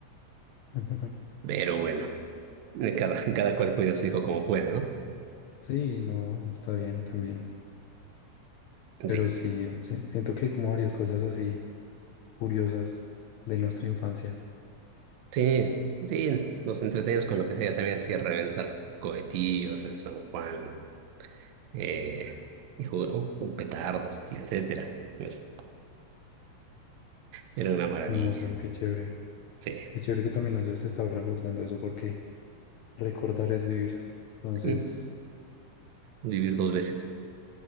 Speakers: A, on the left; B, on the right.
A: <laughs>
B: Pero bueno, cada, <laughs> cada cual cuida a su hijo como puede, ¿no?
A: sí, no, está bien también.
B: Sí,
A: Pero sí, sí, siento que hay como varias cosas así curiosas de nuestra infancia.
B: sí, sí. Nos entretenemos con lo que sea. También hacía reventar cohetillos en San Juan eh, y jugamos con petardos, y etcétera. Pues, era una maravilla.
A: No, pero qué chévere.
B: Sí,
A: Qué chévere que también hayas estado recordando eso porque recordar es vivir. Entonces,
B: sí, vivir dos veces.